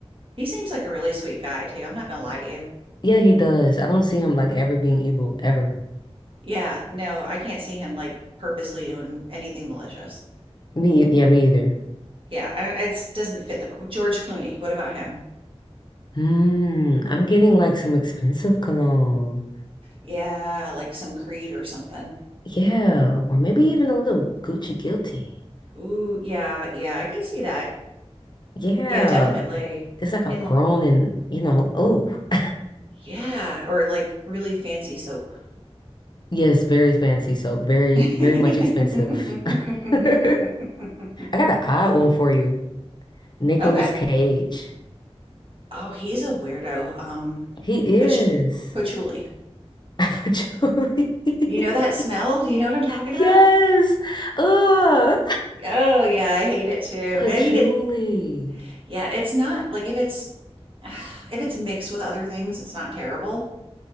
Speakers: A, on the right; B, on the left.
A: He seems like a really sweet guy, too. I'm not gonna lie to you.
B: Yeah, he does. I don't see him like ever being evil ever.
A: Yeah, no, I can't see him like purposely doing anything malicious.
B: Me, yeah, me either.
A: Yeah, I don't, it doesn't fit the. George Clooney, what about him?
B: Hmm, I'm getting like some expensive cologne.
A: Yeah, like some Creed or something.
B: Yeah, or maybe even a little Gucci guilty.
A: Ooh, yeah, yeah, I could see that.
B: Yeah,
A: Yeah, definitely.
B: it's like a
A: In,
B: grown
A: l-
B: and, you know, oh. <laughs>
A: yeah, or like really fancy soap.
B: Yes, very fancy soap, very,
A: <laughs>
B: very much expensive. <laughs> I got an odd one for you. Nicolas
A: Okay.
B: Cage.
A: Oh, he's a weirdo. Um,
B: He is.
A: pach- patchouli.
B: <laughs> Patchouli. <laughs>
A: You know that smell? Do you know what I'm talking
B: Yes.
A: about?
B: Ugh.
A: Oh yeah, I hate it too.
B: Patchouli.
A: I mean, it. Yeah, it's not like if it's <sighs> if it's mixed with other things, it's not terrible,